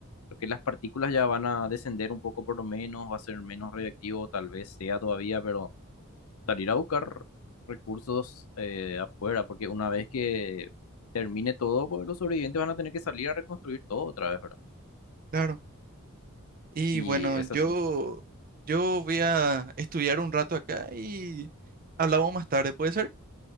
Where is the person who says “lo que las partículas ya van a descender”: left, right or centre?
Left